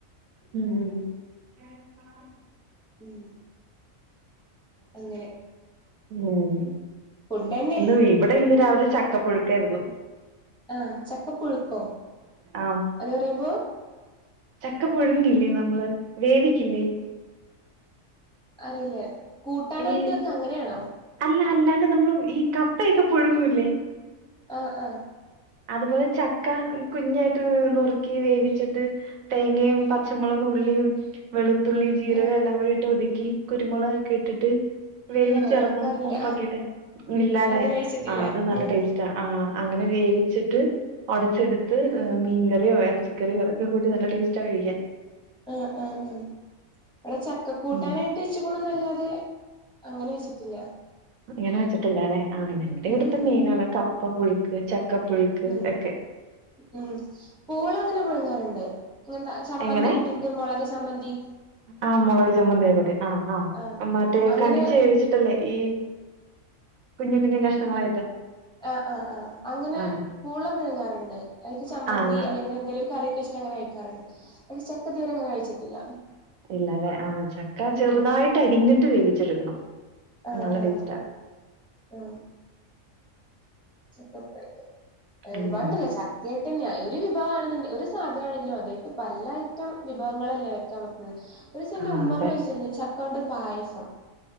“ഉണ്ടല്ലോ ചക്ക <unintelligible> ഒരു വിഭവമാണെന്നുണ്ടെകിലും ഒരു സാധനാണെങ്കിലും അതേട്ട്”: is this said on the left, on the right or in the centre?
Centre